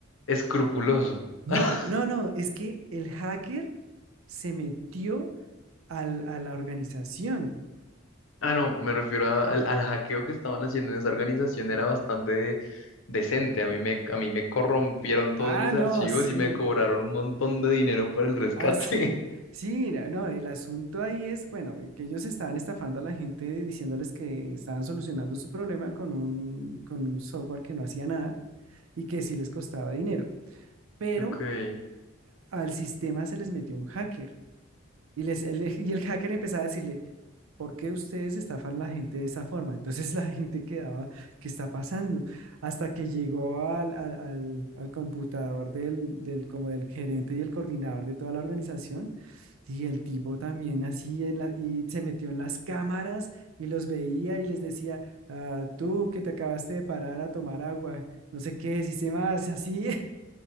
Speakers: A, on the left; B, on the right.
A: escrupuloso.
B: No,
A: <laughs>
B: no, no, es que el hacker se metió al- a la organización.
A: Ah, no, me refiero a- al, al hackeo que estaban haciendo en esa organización, era bastante decente. A mí me, a mí me corrompieron todos
B: Ah,
A: mis
B: no,
A: archivos
B: sí,
A: y me cobraron un montón de dinero para el rescate.
B: ah, sí, sí, la- no, el asunto ahí es, bueno, que ellos estaban estafando a la gente diciéndoles que estaban solucionando su problema con un, con un software que no hacía nada y que sí les costaba dinero,
A: <laughs>
B: pero
A: Ok.
B: al sistema se les metió un hacker y, les, el- y el hacker empezaba a decirle, ¿Por qué ustedes estafan a la gente de esa forma? Entonces <laughs> la gente quedaba, ¿qué está pasando? Hasta que llegó al, al- al- al computador del, del, como del gerente y el coordinador de toda la organización. Y el tipo también así en la- y se metió en las cámaras y los veía y les decía, "Ah, tú que te acabaste de parar a tomar agua, no sé qué, si se más, así.